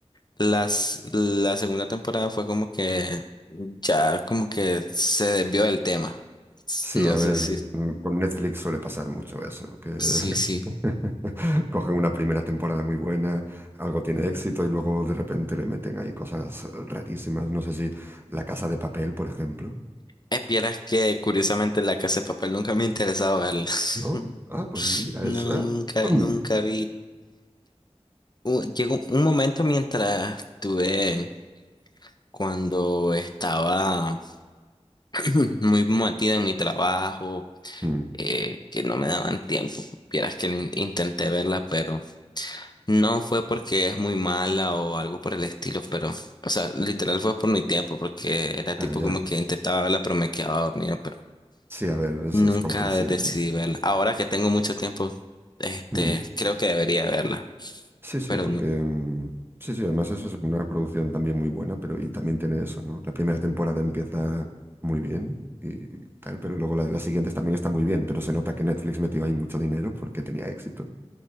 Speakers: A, on the left; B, on the right.
A: las, la segunda temporada fue como que ya como que se desvió del tema. S-
B: Sí,
A: No
B: a
A: sé
B: ver,
A: si,
B: mm, con Netflix suele pasar mucho eso, que
A: sí, sí.
B: <laughs> cogen una primera temporada muy buena, algo tiene éxito y luego de repente le meten ahí cosas rarísimas. No sé si La Casa de Papel, por ejemplo,
A: Eh, Vieras que curiosamente La Casa de Papel nunca me ha interesado verla. <laughs>
B: ¿no? Ah, pues mira,
A: No,
B: es... ah,
A: nunca,
B: mm,
A: nunca vi. u- llegó un momento mientras tuve, cuando estaba <laughs> muy metida en mi trabajo,
B: mm.
A: eh, que no me daban tiempo. Vieras que in- intenté verla, pero no fue porque es muy mala o algo por el estilo, pero, o sea, literal fue por mi tiempo, porque era tipo
B: Ah, ya.
A: como que intentaba verla, pero me quedaba dormido, pero
B: Sí, a ver, eso
A: nunca
B: es comprensible.
A: decidí verla. Ahora que tengo mucho tiempo, este,
B: Mm.
A: creo que debería verla,
B: Sí, sí,
A: pero
B: porque...
A: no.
B: mm, Sí, sí, además eso es una producción también muy buena, pero y también tiene eso, ¿no? La primera temporada empieza muy bien y, y tal, pero luego la- las siguientes también están muy bien, pero se nota que Netflix metió ahí mucho dinero porque tenía éxito.